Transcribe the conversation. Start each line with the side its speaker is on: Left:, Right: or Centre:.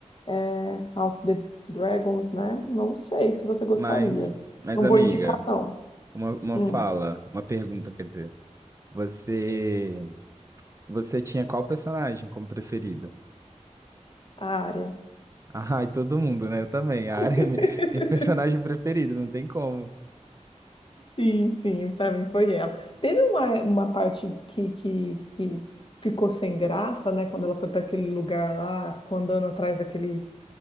Left: é, House of the Dragons, né? Não sei se você gostaria.
Right: mas, mas
Left: Não
Right: amiga,
Left: vou indicar, não.
Right: uma, uma
Left: Sim,
Right: fala, uma pergunta, quer dizer. Você, você tinha qual personagem como preferida? <laughs>
Left: a área.
Right: Ah, e todo mundo, né? Eu também. A
Left: <laughs>
Right: Arya é mi- minha personagem preferida, não tem como.
Left: Sim, sim, para mim foi ela. Teve uma, uma parte que, que, que ficou sem graça, né? Quando ela foi para aquele lugar lá, ficou andando atrás daquele